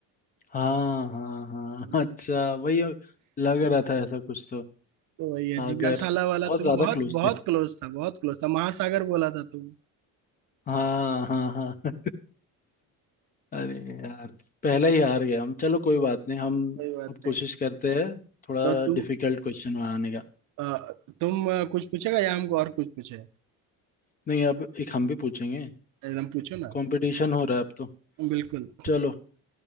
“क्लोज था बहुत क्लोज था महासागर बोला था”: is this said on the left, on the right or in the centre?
Right